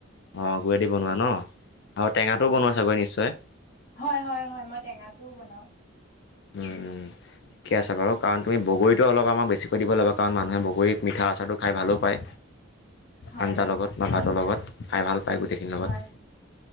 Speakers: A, on the left (about 55°); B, on the left (about 40°).
A: অ' গুুৰেদি বনোৱা ন', আৰু টেঙাটো
B: হয়
A: বনোৱা চাগৈ নিশ্চয়?
B: হয়', হয়' হয় মই টেঙাটোও বনাওঁ।
A: উম', উম। ঠিকে আছে বাৰু কাৰণ তুমি বগৰীটো অলপ আমাক বেছিকৈ দিব লগা কাৰণ মানুহে বগৰী মিঠা আচাৰটো খাই ভালো পায়।
B: হয়
A: আঞ্জা লগত বা ভাতৰ লগত খাই ভাল পায় গোটেইখিনিৰ লগত।
B: হয়